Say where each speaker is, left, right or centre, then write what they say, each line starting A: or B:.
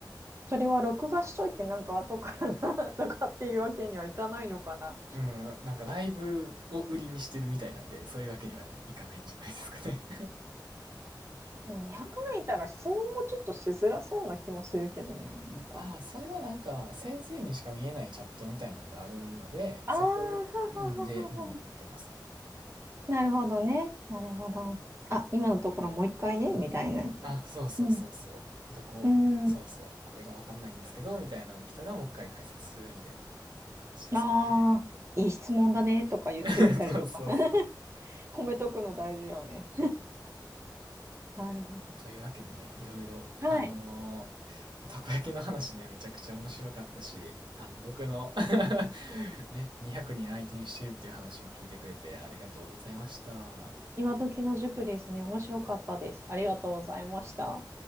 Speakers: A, on the right (about 35°); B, on the right (about 75°).
A: それは録画しといてなんか後からな <laughs> とかっていうわけにはいかないのかな。
B: うん、なんかライブを売りにしてるみたいなんで、そういうわけにはね、いかないんじゃないですかね
A: でも200名いたら質問もちょっとしづらそうな気もするけどな、
B: <laughs>
A: なんか。
B: ああ、それはなんか先生にしか見えないチャットみたいなのがあるので、
A: ああは
B: そこ、うんで、
A: はははは。
B: うん、見てますね。
A: なるほどね。なるほど。あ、今のところもう一回ね、みたいな。
B: あ、そうそうそうそう。
A: うん。
B: どこ、
A: うん。
B: そうそう、これがわかんないんですけど、みたいなの来たらもう一回解説するみたいな感じですかね。
A: ああ、いい質問だねとか言ってみたりとか。
B: <laughs> そうそうそう。
A: 褒めとくの大事よね。なるほど。
B: というわけでね、いろいろ、
A: はい。
B: あのーたこ焼きの話ね、めちゃくちゃ面白かったし、あの、僕の <laughs> ね、200人相手にしてるっていう話も聞いてくれてありがとうございました。
A: 今時の塾ですね。面白かったです。ありがとうございました。